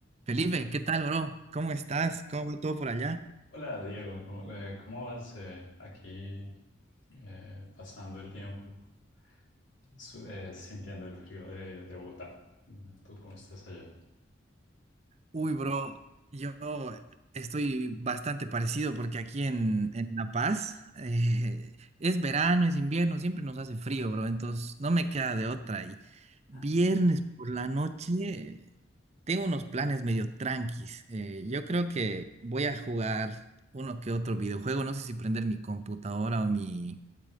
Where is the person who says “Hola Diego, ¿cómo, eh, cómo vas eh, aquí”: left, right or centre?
Left